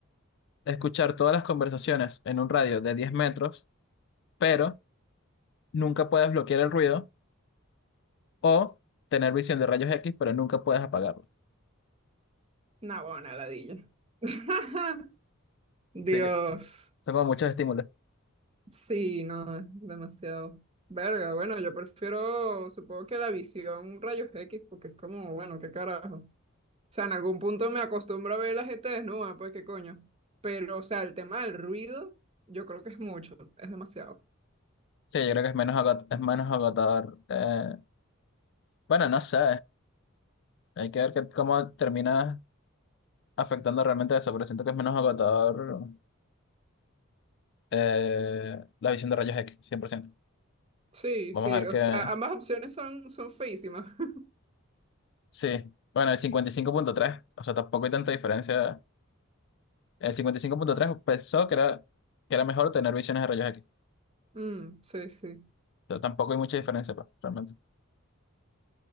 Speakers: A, on the left (about 55°); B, on the right (about 30°).
A: escuchar todas las conversaciones en un radio de 10 metros, pero nunca puedes bloquear el ruido, o tener visión de rayos X, pero nunca puedes apagarlo.
B: no, bueno, una ladilla. <laughs> Dios,
A: Así que son como muchos estímulos.
B: sí, no, es demasiado. Verga, bueno, yo prefiero, supongo que la visión rayos X, porque es como, bueno, qué carajo. O sea, en algún punto me acostumbro a ver la gente desnuda, pues qué coño. Pero, o sea, el tema del ruido, yo creo que es mucho, es demasiado.
A: Sí, yo creo que es menos agot- es menos agotador. Eh, bueno, no sé, hay que ver que- cómo termina afectando realmente eso, pero siento que es menos agotador eh, la visión de rayos X, cien por ciento
B: Sí,
A: Vamos
B: sí,
A: a ver
B: o
A: qué,
B: sea, ambas opciones son, son feísimas. <laughs>
A: Sí, bueno, el cincuenta y cinco punto tres o sea, tampoco hay tanta diferencia. El cincuenta y cinco punto tres pensó que era, que era mejor tener visiones de rayos X.
B: Mm, sí, sí.
A: O sea, tampoco hay mucha diferencia, pues, realmente.